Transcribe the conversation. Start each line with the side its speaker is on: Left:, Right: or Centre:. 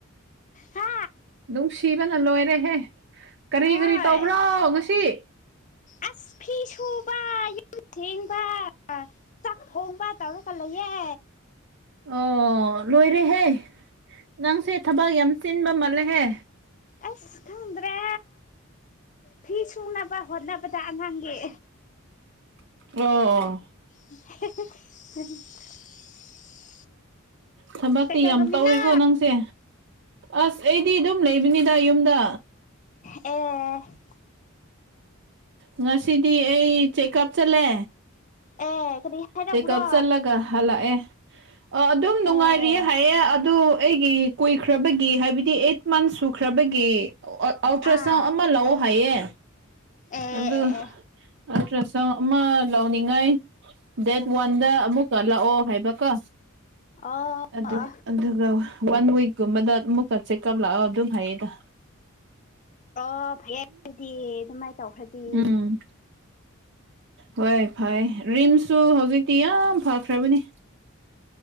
Left: ꯍꯥ
Right: ꯅꯨꯡꯁꯤꯕꯅ ꯂꯣꯏꯔꯦꯍꯦ ꯀꯔꯤ
Left: ꯍꯣꯏ
Right: ꯀꯔꯤ ꯇꯧꯕ꯭ꯔꯣ ꯉꯁꯤ
Left: ꯑꯁ ꯐꯤ ꯁꯨꯕ ꯌꯨꯝ ꯁꯦꯡꯕ ꯆꯥꯛ ꯊꯣꯡꯕ ꯇꯧꯔꯒ ꯂꯩꯌꯦ
Right: ꯑꯣ ꯂꯣꯏꯔꯦꯍꯦ ꯅꯪꯁꯦ ꯊꯕꯛ ꯌꯥꯝ ꯆꯤꯟꯕ ꯃꯥꯜꯂꯦꯍꯦ
Left: ꯑꯁ ꯈꯪꯗ꯭ꯔꯦ ꯐꯤ ꯁꯨꯅꯕ ꯍꯣꯠꯅꯕꯗ ꯑꯉꯥꯡꯒꯤ
Right: ꯑꯣ
Left: <unintelligible>
Right: ꯊꯕꯛꯇꯤ
Left: ꯀꯩꯗꯧꯔꯝꯃꯤꯅꯣ
Right: ꯌꯥꯝ ꯇꯧꯋꯦꯀꯣ ꯅꯪꯁꯦ ꯑꯁ ꯑꯩꯗꯤ ꯑꯗꯨꯝ ꯂꯩꯕꯅꯤꯗ ꯌꯨꯝꯗ
Left: ꯑꯣ
Right: ꯉꯁꯤꯗꯤ ꯑꯩ ꯆꯦꯛꯑꯞ ꯆꯠꯂꯦ
Left: ꯑꯦ ꯀꯔꯤ ꯍꯥꯏꯔꯛꯄ꯭ꯔꯣ
Right: ꯆꯦꯛꯑꯞ ꯆꯠꯂꯒ ꯍꯜꯂꯛꯑꯦ ꯑꯗꯨꯝ ꯅꯨꯡꯉꯥꯏꯔꯤꯌꯦ
Left: ꯑꯦ
Right: ꯍꯥꯏꯌꯦ ꯑꯗꯨ ꯑꯩꯒꯤ ꯀꯨꯏꯈ꯭ꯔꯕꯒꯤ ꯍꯥꯏꯕꯗꯤ ꯑꯩꯠ ꯃꯟꯁ ꯁꯨ ꯈ꯭ꯔꯕꯒꯤ ꯑꯜꯇ꯭ꯔꯥꯁꯥꯎꯟ
Left: ꯑꯥꯎ
Right: ꯑꯃ ꯂꯧꯑꯣ ꯍꯥꯏꯌꯦ
Left: ꯑꯦ
Right: ꯑꯗꯨ
Left: ꯑꯦ ꯑꯦ
Right: ꯑꯜꯇ꯭ꯔꯁꯥꯎꯟ ꯑꯃ ꯂꯧꯅꯤꯡꯉꯥꯏ ꯗꯦꯠ ꯋꯥꯟꯗ ꯑꯃꯨꯛꯀ ꯂꯥꯛꯑꯣ ꯍꯥꯏꯕꯀꯣ
Left: ꯑꯣ
Right: ꯑꯗꯨ
Left: ꯑꯣ
Right: ꯑꯗꯨꯒ ꯋꯥꯟ ꯋꯤꯛꯀꯨꯝꯕꯗ ꯑꯃꯨꯛꯀ ꯆꯦꯛꯀꯞ ꯂꯥꯛꯑꯣ ꯑꯗꯨꯝ ꯍꯥꯏꯌꯦꯗ
Left: ꯑꯣ ꯐꯩꯌꯦ ꯑꯗꯨꯗꯤ ꯑꯗꯨꯃꯥꯏꯅ ꯇꯧꯈ꯭ꯔꯗꯤ
Right: ꯎꯝ ꯍꯣꯏ ꯐꯩ ꯔꯤꯝꯁꯁꯨ ꯍꯧꯖꯤꯛꯇꯤ ꯌꯥꯝ ꯐꯈ꯭ꯔꯕꯅꯤ